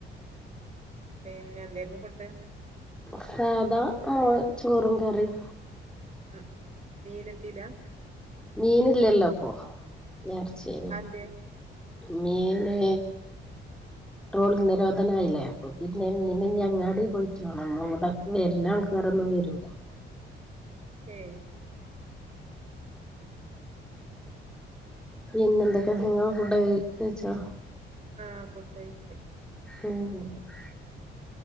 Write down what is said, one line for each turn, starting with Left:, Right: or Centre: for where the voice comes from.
Right: പിന്നെ എന്താരുന്നു ഫുഡ്
Centre: സാധാ നമ്മളെ ചോറും കറിം
Right: ഉം ഉം മീൻ ഇട്ടീല
Centre: മീനില്ലല്ലോ ഇപ്പൊ എർച്ചയ്നിം
Right: അതെന്തേ
Centre: മീന് ട്രോളിംഗ് നിരോധനായില്ലേ അപ്പൊ പിന്നെ മീനിനി അങ്ങാടി പോയിട്ടുണം അമ്മവിടെ വരുന്ന ആൾക്കാരെന്നും വരു
Right: ഏഹ്
Centre: പിന്നെന്തൊക്കെ നിങ്ങ ഫുഡൊക്കെ കഴിച്ചോ
Right: ആഹ് ഫുഡഴിച്
Centre: <unintelligible>